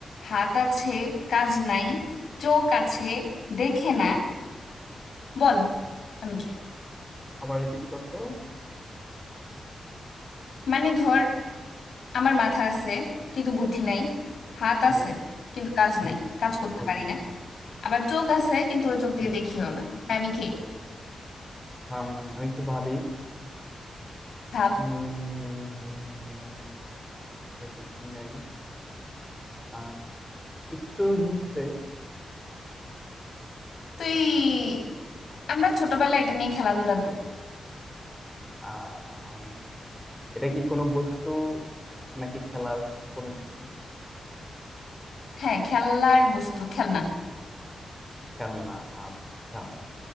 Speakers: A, on the left; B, in the centre.
A: হাত আছে কাজ নাই চোখ আছে দেখে না বল আমি কি
B: আবার রিপিট করতো
A: মানে ধর আমার মাথা আছে কিন্তু বুদ্ধি নাই হাত
B: হুম
A: আছে কিন্তু কাজ
B: হুম
A: নাই কাজ করতে
B: হুম
A: পারি না আবার চোখ আছে কিন্তু ওই চোখ দিয়ে
B: হুম
A: দেখিও না আমি কে
B: হাম আমি একটু ভাবি
A: ভাব
B: হুম হুম হুম হুম মাথা হচ্ছে বুদ্ধি নাই আহ একটু হিন্টস দে
A: তুই আমরা ছোটবেলায় এটা নিয়ে খেলাধুলা করি
B: আহ এটা কি কোনো বস্তু আহ, নাকি খেলার কোনো কিছু
A: হ্যাঁ খেলার বস্তু খেলনা
B: খেলনা আচ্ছা